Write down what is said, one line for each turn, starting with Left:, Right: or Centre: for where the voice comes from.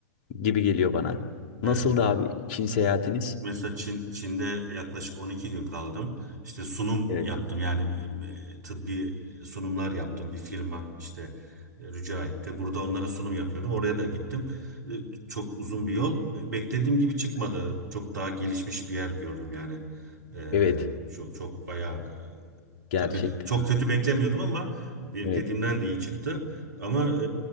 Left: gibi geliyor bana.
Right: Evet.
Left: Nasıldı abi Çin seyahatiniz?
Right: Mesela Çin, Çin'de yaklaşık 12 gün kaldım. İşte sunum
Left: Evet
Right: yaptım
Left: abi.
Right: yani e, tıbbi sunumlar yaptım bir firma işte e, rica etti. Burada onlara sunum yapıyordum. Oraya da gittim. E, Çok uzun bir yol. Be- Beklediğim gibi çıkmadı.
Left: Evet.
Right: Çok daha gelişmiş bir yer gördüm yani. E,
Left: Evet.
Right: çok çok bayağı
Left: Gerçekten
Right: Tabii çok
Left: abi.
Right: kötü beklemiyordum ama beklediğimden
Left: Evet.
Right: de iyi çıktı. Ama e,